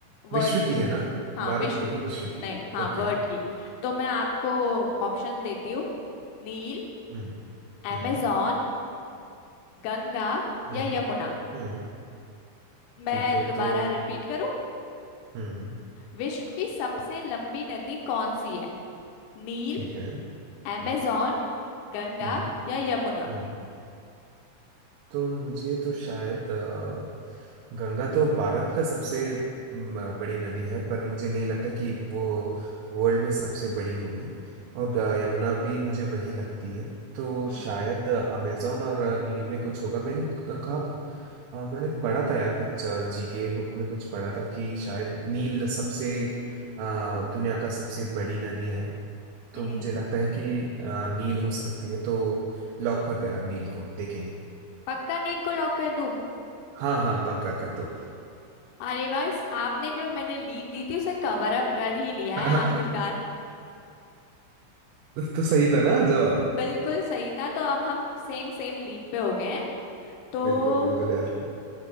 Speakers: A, on the left; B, on the right.
A: वर्ड
B: विश्व
A: की
B: की है ना
A: हाँ
B: भारत
A: विश्व
B: की नहीं
A: की
B: विश्व की
A: नहीं हाँ
B: ओके
A: वर्ड की तो मैं आपको ऑप्शंस देती हूँ नील
B: हम्म
A: amazon
B: हम्म
A: गंगा
B: हम्म
A: या यमुना
B: हम्म
A: मैं
B: ठीक है
A: दोबारा
B: तो
A: रिपीट करूं
B: हम्म
A: विश्व की सबसे लंबी नदी कौन सी है नील
B: ठीक है हम्म
A: अमेजॉन गंगा
B: हम्म
A: या यमुना
B: हम्म। तो मुझे तो शायद अ, गंगा तो भारत का सबसे म, बड़ी नदी है पर मुझे नहीं लगता कि वो वर्ल्ड में सबसे बड़ी होगी और
A: हम्म
B: ग- यमुना भी मुझे वही लगती है तो
A: हम्म
B: शायद अमेजोन और अ, नील में कुछ होगा मैंने क- कहा अ, मैंने पढ़ा था यार कुछ जी के बुक में कुछ पढ़ा था कि शायद नील सबसे अ, दुनिया का सबसे बड़ी नदी है तो
A: हम्म
B: मुझे लगता है कि अ, नील हो सकती है तो लॉक कर दो यार नील को देखेंगे
A: पक्का नील को लॉक कर दूं
B: हाँ हाँ पक्का कर दो <laughs>
A: अरे भाई इस- आपने जो मैंने लीड दी थी उसे कवर अप कर ही लिया
B: तो,
A: है आखिरकार
B: तो सही था ना जवाब
A: बिल्कुल सही था तो अब हम सेम सेम लीड पे हो गए हैं तो
B: बिल्कुल बिल्कुल यार